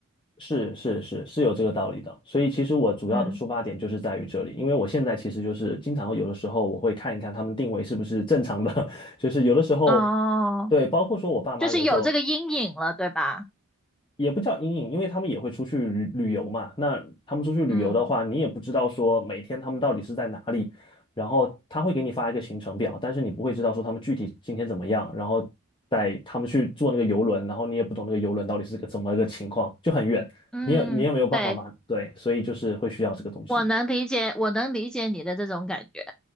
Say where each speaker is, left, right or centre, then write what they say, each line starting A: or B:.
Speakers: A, on the left; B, in the centre.
A: 是是是是有这个道理的，所以其实我主要的出发点就是在于这里，
B: 嗯，
A: 因为我现在其实就是经常有的时候我会看一看他们定位是不是正常的，<laughs> 就是有的时候，
B: 哦，
A: 对，包括说我爸妈有的时候
B: 就是有这个阴影了，对吧？
A: 也不叫阴影，因为他们也会出去旅旅游嘛。那他们出去旅游的话，
B: 嗯
A: 你也不知道说每天他们到底是在哪里，然后他会给你发一个行程表，但是你不会知道说他们具体今天怎么样，然后带他们去坐那个游轮，然后你也不懂那个游轮到底是个怎么个情况，就很远，
B: 嗯，
A: 你也你也没有办法嘛，
B: 对，
A: 对，所以就是会需要这个东西。
B: 我能理解，我能理解你的这种感觉。